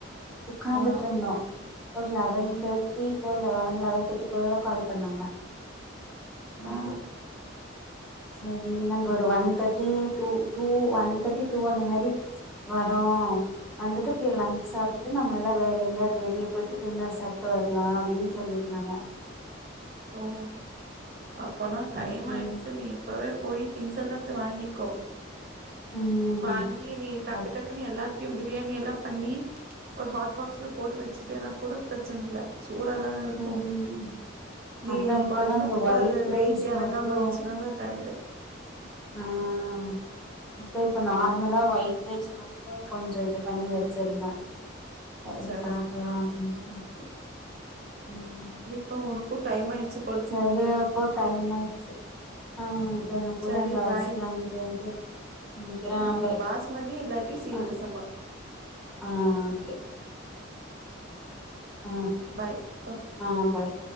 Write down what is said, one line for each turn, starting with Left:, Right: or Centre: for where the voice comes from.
Centre: உட்கார்ந்துட்ருந்தோ
Right: ஆ.
Centre: ஒரு லெவன் தெர்ட்டி போல லெவன் லெவன் தெர்ட்டி போலதா கால் பண்ணாங்க நா
Right: ஐயோ!
Centre: சரி நாங்க ஒரு one thirty two two one thirty two அந்த மாரி ம்ச் வரோ <unintelligible> லஞ்ச் சாப்டுட்டு நம்ம எல்லா வேற எங்கேயாவது வெளிய போய்ட்டு டின்னர் சாப்ட்டு வரலா அப்டின் சொல்லிருந்தாங்க
Right: ஓ அப்பனா டைம்
Centre: ஓகே
Right: ஆயிடுச்சு நீ இப்போவே போய் திங்ஸ் எல்லாத்து வாங்கிக்கோ
Centre: ம்
Right: வாங்கி நீ டக்குடக்கு
Centre: அ
Right: னு எல்லாத்தையு பிரியாணி எல்லா பண்ணி ஒரு ஹாட் பாக்ஸ்ல போட்டு வச்சுட்டேன்னா கூட பிரச்சன இல்ல சூடாதானே இருக்கு
Centre: ம்
Right: நீ
Centre: அதா இப்பதா
Right: பண்றதுக்கு
Centre: இந்த ஒயிட்
Right: அது
Centre: ரைஸ்
Right: வெயிட் எறங்காம
Centre: மற்று
Right: இருந்துச்சுனா தா டயர்டு
Centre: ம் ட்டு இப்ப நார்மலா ஒயிட் ரைஸ் மட்டுந்தா கொஞ்சோ இது பண்ணி வச்சிருந்தே அது
Right: சரி
Centre: பாக்கலா அப்டின் சொல்லிட்டு ம்
Right: இப்ப உனக்கு டைம் ஆயிச்சு
Centre: சரிய அப்போ டைம் ஆயிச்சு ஆ இப்ப நா போய
Right: சரி
Centre: அந்த
Right: பாய்
Centre: அரிசி வாங்கிட்டு வன்ட்டு சமைக்கிறே
Right: ஆ
Centre: பாய்
Right: பாஸ்மதி இல்லாட்டி சீரக
Centre: ஆ
Right: சம்பா
Centre: ஆ ஓக்கே ஆ
Right: பாய்ப்ப
Centre: ஆ பாய்